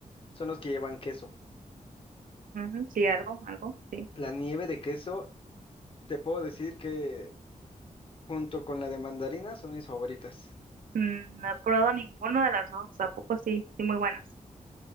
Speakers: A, on the left; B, on the right.
A: son los que llevan queso.
B: Ujú, ujú, sí, algo, algo, sí.
A: La nieve de queso, te puedo decir que junto con la de mandarina son mis favoritas.
B: Mm, No he probado ninguna de las dos, ¿a poco sí? Sí, muy buenas.